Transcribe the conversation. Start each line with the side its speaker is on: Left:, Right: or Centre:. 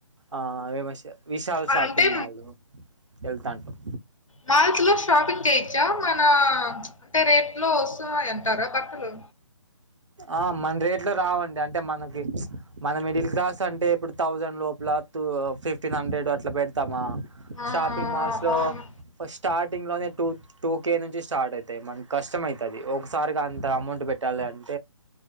Right: ఆ విశాల్ షాపింగ్
Left: అంటే
Right: మాల్ కు వెళ్తాంటాం.
Left: మాల్స్ లో షాపింగ్ చేయోచ్చా మన అంటే రేట్ లో వస్తున్నాయి అంటారా బట్టలు.
Right: ఆ మన రేట్ లో రావండి. అంటే మనకి మన మిడిల్ క్లాస్ అంటే ఇప్పుడు థౌసండ్ లోపల టూ ఫిఫ్టీన్ హండ్రెడ్ అట్లా పెడతామా?
Left: ఆ
Right: షాపింగ్ మాల్స్ లో
Left: అవును
Right: ఫస్ట్ స్టార్టింగ్ లోనే టూ. టూ కే నుంచి స్టార్ట్ అయితాయి. కష్టమైతాది. ఒకసారిగా అంత అమౌంట్ పెట్టాలి అంటే.